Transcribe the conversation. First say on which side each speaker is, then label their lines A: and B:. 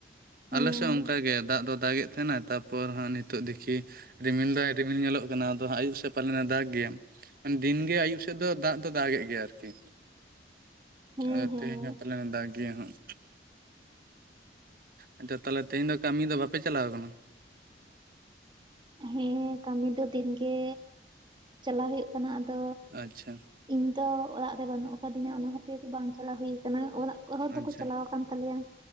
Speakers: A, on the right; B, on the right.
A: ᱦᱮᱸ
B: ᱟᱞᱮᱥᱮᱫ ᱚᱱ ᱠᱟ ᱜᱮ ᱫᱟᱜ ᱫᱚ ᱫᱟᱜᱮᱫ ᱛᱟᱦᱮᱸᱱᱟ ᱛᱟᱯᱚᱨ ᱦᱟᱸᱜ ᱱᱤᱛᱚᱜ ᱫᱤᱠᱷᱤ ᱨᱤᱢᱤᱞ ᱫᱟᱭ ᱨᱤᱢᱤᱞ ᱧᱮᱞᱚᱜ ᱠᱟᱱᱟ ᱟᱫᱚ ᱦᱟᱸᱜ ᱟᱭᱩᱵ ᱥᱮᱫ ᱯᱟᱞᱮᱱᱮ ᱫᱟᱜᱽ ᱜᱮᱭᱟᱢ ᱢᱟᱱ ᱫᱤᱱᱜᱮ ᱟᱭᱩᱵ ᱥᱮᱫ ᱫᱚ ᱫᱟᱜ ᱫᱚ ᱫᱟᱜ ᱮᱫ ᱜᱮᱭᱟᱭ ᱟᱨᱠᱤ᱾
A: ᱦᱮᱸ
B: ᱟᱫᱚ
A: ᱦᱮᱸ
B: ᱛᱮᱦᱮᱧ ᱦᱚ ᱯᱟᱞᱮ ᱫᱟᱜ ᱜᱮᱭᱟ ᱦᱟᱸᱜ, ᱟᱫᱚ ᱛᱟᱦᱚᱞᱮ ᱛᱮᱦᱮᱧ ᱫᱚ ᱠᱟᱹᱢᱤ ᱫᱚ ᱵᱟᱯᱮ ᱪᱟᱞᱟᱣ ᱠᱟᱱᱟ᱾
A: ᱦᱮᱸ ᱠᱟᱹᱢᱤ ᱫᱚ ᱫᱤᱱᱜᱮ ᱪᱟᱞᱟᱣ ᱦᱩᱭᱩᱜ ᱠᱟᱱᱟ ᱟᱫᱚ,
B: ᱟᱪᱪᱷᱟ
A: ᱤᱧ ᱫᱚ ᱚᱲᱟᱜ ᱨᱮ ᱵᱟᱹᱱᱩᱜ ᱟᱠᱟ ᱫᱤᱧᱟ ᱚᱱᱟ ᱠᱷᱟᱹᱛᱤᱨ ᱵᱟᱝ ᱪᱟᱞᱟᱣ ᱦᱩᱭ ᱟᱠᱟᱱᱟ ᱚᱲᱟᱜ ᱦᱚᱲ ᱫᱚᱠᱚ
B: ᱟᱪᱪᱷᱟ
A: ᱪᱟᱞᱟᱣ ᱟᱠᱟᱱ ᱛᱟᱞᱮᱭᱟ